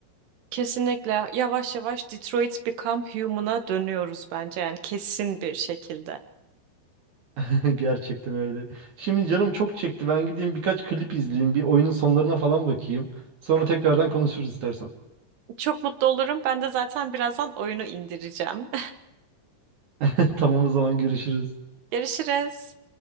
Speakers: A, on the right; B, on the right.
A: Kesinlikle yavaş yavaş Detroit Become Human'a dönüyoruz bence yani kesin bir şekilde.
B: <laughs> Gerçekten öyle. Şimdi canım çok çekti. Ben gideyim birkaç klip izleyeyim. Bir oyunun sonlarına falan bakayım. Sonra tekrardan konuşuruz istersen.
A: Çok mutlu olurum. Ben de zaten birazdan oyunu indireceğim.
B: <laughs> Tamam o zaman görüşürüz.
A: <laughs> Görüşürüz.